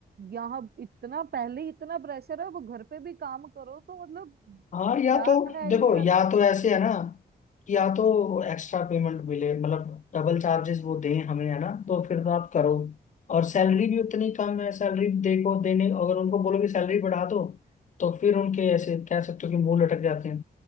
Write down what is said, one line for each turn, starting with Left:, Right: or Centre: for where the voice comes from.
Right: यहाँ इतना पहले ही इतना प्रेशर है वो घर पे भी काम करो तो मतलब
Left: हाँ या
Right: क्या
Left: तो
Right: है
Left: देखो
Right: ये है
Left: या
Right: ना
Left: तो ऐसे है ना कि या तो एक्स्ट्रा पेमेंट मिले मतलब डबल चार्जेस वो दें हमें है ना तो फिर तो आप करो और सैलरी भी उतनी कम है सैलरी देखो देने अगर उनको बोलो कि सैलरी बढ़ा दो तो फिर उनके ऐसे कह सकते हो कि मुंह लटक जाते हैं